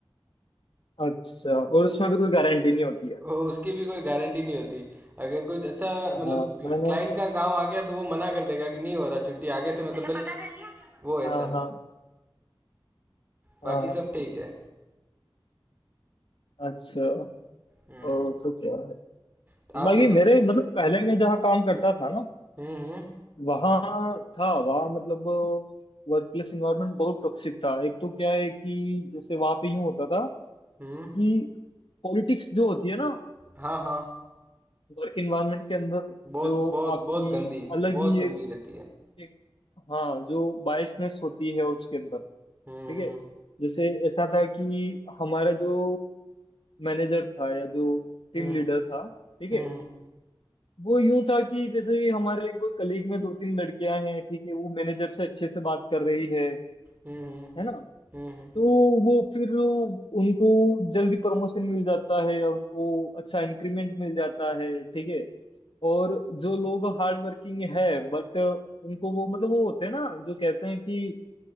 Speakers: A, on the left (about 70°); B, on the right (about 20°).
A: अच्छा और उसमें भी कोई गारंटी नहीं होती है
B: वो उसकी भी कोई गारंटी नहीं होती अगर कुछ अच्छा मतलब
A: हाँ मैंने
B: क्लाइंट का काम आ गया तो वो मना कर देगा कि नहीं हो रहा छुट्टी आगे से मतलब अच्छा भले पता कर लिया क्या बात वो ऐसा
A: हाँ हाँ
B: बाकी
A: हाँ हाँ
B: सब
A: हाँ,
B: ठीक है
A: अच्छा
B: हम्म
A: ओ तो क्या
B: तो आपके
A: बाकी
B: सब
A: मेरे मतलब पहले मैं जहाँ काम करता था ना
B: हम्म हम्म
A: वहाँ था वहाँ मतलब वर्क प्लेस इन्वायरमेंट बहुत टॉक्सिक था एक तो क्या है कि जैसे वहाँ पे यूँ होता था
B: हम्म
A: कि पॉलिटिक्स जो होती है ना
B: हाँ हाँ
A: वर्क इन्वायरमेंट के अंदर
B: बहुत
A: जो
B: बहुत
A: आपकी
B: बहुत गंदी
A: अलग
B: बहुत
A: ही
B: गंदी
A: एक,
B: रहती है
A: एक हाँ जो बायसनेस होती है उसके अंदर ठीक
B: हम्म
A: है जैसे ऐसा था कि हमारा जो मैनेजर था या जो टीम
B: हम्म
A: लीडर था ठीक
B: हम्म
A: है वो यूं था कि जैसे हमारे कोई कलीग में दो तीन लड़कियां हैं ठीक है वो मैनेजर से अच्छे से बात कर रही है
B: हम्म
A: है ना
B: हम्म
A: तो वो फिर उनको जल्दी प्रमोशन मिल जाता है या उनको अच्छा इंक्रीमेंट मिल जाता है ठीक है और जो लोग हार्ड वर्किंग है बट उनको वो मतलब वो होते हैं ना जो कहते हैं कि